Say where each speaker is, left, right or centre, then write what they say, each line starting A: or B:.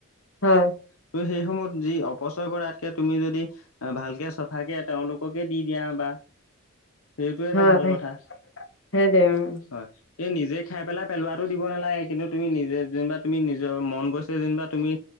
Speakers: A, on the left; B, on the left.
A: হয়।
B: তুমি সেই সময়ত যি অপচয় কৰাতকে তুমি যদি ভালকে চাফাকে তেওঁলোক পকে দি দিয়া বা, সেইটো এটা
A: হয়
B: ভাল কথা,
A: সেইটোৱে উম।
B: হয়। এই নিজে খাই পেলাই পেলোৱাটো দিব নালাগে কিন্তু তুমি নিজে যেনিবা তুমি নিজৰ মন গৈছে যেনিবা তুমি